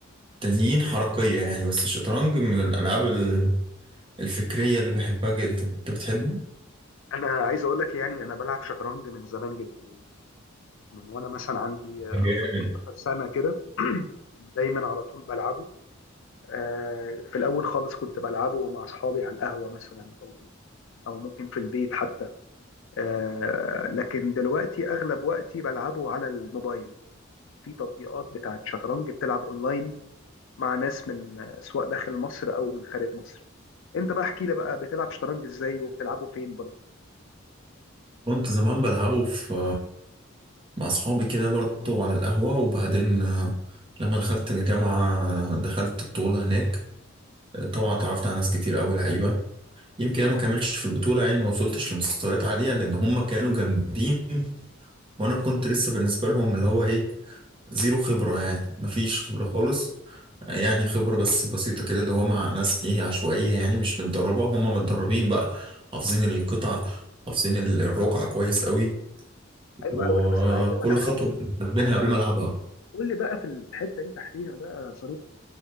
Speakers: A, on the right (about 25°); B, on the left (about 65°).
A: تانيين حركية يعني بس الشطرنج من الألعاب ال- الفكرية اللي بحبها جدا أنت بتحبه؟
B: انا عايز اقول لك يعني انا بلعب شطرنج من زمان جدا يعني من وانا مثلا عندي
A: جامد
B: 15 سنه كده <clears throat> دايما على طول بلعبه آه في الاول خالص كنت بلعبه مع اصحابي على القهوه مثلا او او ممكن في البيت حتى آه لكن دلوقتي اغلب وقتي بلعبه على الموبايل في تطبيقات بتاعت شطرنج بتلعب اونلاين مع ناس من سواء داخل مصر او من خارج مصر انت بقى احكي لي بقى بتلعب شطرنج ازاي وبتلعبه فين برضه
A: كنت زمان بلعبه في مع أصحابي كده برضه على القهوة وبعدين آه، لما دخلت الجامعة آه، دخلت بطولة هناك آه، طبعا اتعرفت على ناس كتير أوي لعيبة يمكن انا ما كملتش في البطوله يعني ما وصلتش لمستويات عاليه لان هم كانوا جامدين وانا كنت لسه بالنسبه لهم اللي هو ايه زيرو خبره يعني ما فيش خبره خالص يعني خبره بس بسيطه كده اللي هو مع ناس ايه عشوائيه يعني مش متدربه هم متدربين بقى حافظين القطع حافظين الرقعه كويس قوي
B: حلو
A: وكل
B: قوي ده بس انا عايز اقول لك على
A: خطوه
B: حاجه بقى.
A: حاسبينها قبل
B: قول
A: ما العبها
B: قول لي بقى في الحته دي تحديدا بقى يا صديقي